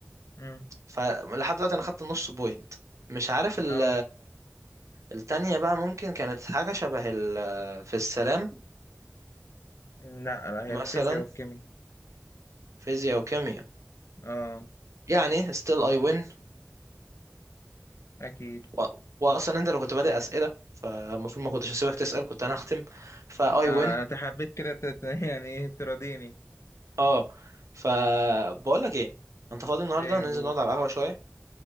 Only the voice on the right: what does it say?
فلحد دلوقتي انا خدت نص بوينت مش عارف ال-
التانية بقى ممكن كانت حاجة شبه ال- في السلام
مثلا
فيزياء وكيمياء
يعني still I win
و... وأصلا أنت اللي كنت بادئ أسئلة فالمفروض ما كنتش هسيبك تسأل كنت أنا هختم فا I
win
اه فبقول لك إيه أنت فاضي النهاردة
ننزل
نقعد على القهوة شوية